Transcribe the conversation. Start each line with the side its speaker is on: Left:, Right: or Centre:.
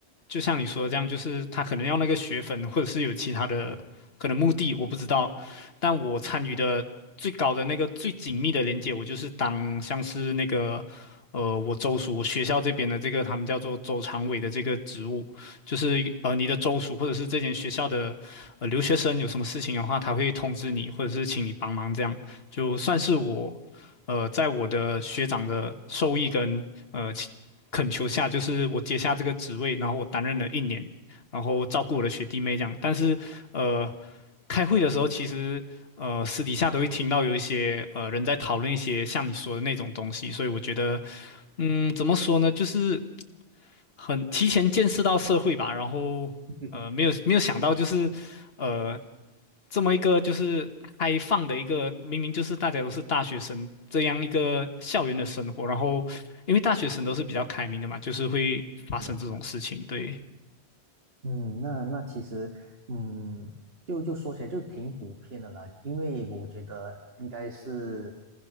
Left: 就像你说的这样，就是他可能要那个学分，或者是有其他的可能目的，
Right: 对，
Left: 我不知道。但我参与的最高的那个最紧密的连接，我就是当像是那个，呃，我州属我学校这边的这个他们叫做州常委的这个职务，就是呃你的州属或者是这间学校的呃留学生有什么事情的话，他会通知你，或者是请你帮忙这样，就算是我。呃，在我的学长的授意跟呃请恳求下，就是我接下这个职位，然后我担任了一年，然后照顾我的学弟妹这样。但是，呃，开会的时候，其实呃私底下都会听到有一些呃人在讨论一些像你说的那种东西，所以我觉得，嗯，怎么说呢，就是很提前见识到社会吧，然后呃没有没有想到就是。
Right: <laughs>
Left: 呃，这么一个就是开放的一个，明明就是大家都是大学生这样一个校园的生活，然后因为大学生都是比较开明的嘛，就是会发生这种事情。
Right: 是的，是的。
Left: 对，
Right: 嗯，那那其实，嗯，就就说起来就挺普遍的啦，因为我觉得应该是，